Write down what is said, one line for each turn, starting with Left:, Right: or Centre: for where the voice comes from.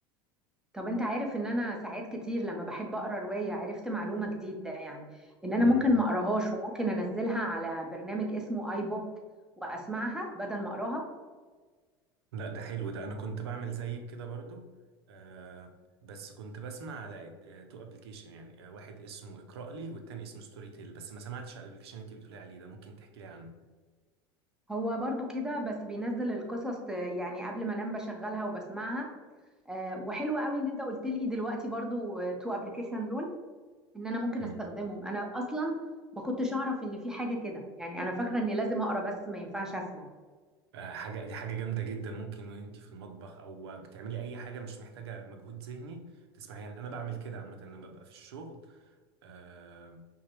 Centre: طب انت عارف ان انا ساعات كتير لما بحب اقرا رواية عرفت معلومة جديدة يعني ان انا
Right: امم
Centre: ممكن ما اقراهاش وممكن انزلها على برنامج اسمه اي بوك واسمعها بدل ما اقراها
Right: لا ده حلو ده انا كنت بعمل زيك كده برضو آه بس كنت بسمع على آه تو ابلكيشن يعني آه واحد اسمه اقرأ لي والتاني اسمه ستوري تيل بس ما سمعتش على الابلكيشن اللي انت بتقولي عليه ده ممكن تحكي لي عنه
Centre: هو برضو كده بس بينزل القصص ت- يعني قبل ما انام بشغلها وبسمعها آه وحلو قوي ان انت قلت لي دلوقتي برضو آه، تو ابلكيشن دول ان انا ممكن
Right: امم
Centre: استخدمهم انا اصلا ما كنتش اعرف ان في حاجة كده يعني انا فاكرة اني لازم اقرا بس ما ينفعش اسمع
Right: آه، حاجة دي حاجة جامدة جدا ممكن وانت في المطبخ او بتعملي اي حاجة مش محتاجة مجهود ذهني تسمعي يعني انا بعمل كده عامة لما ببقى في الشغل آه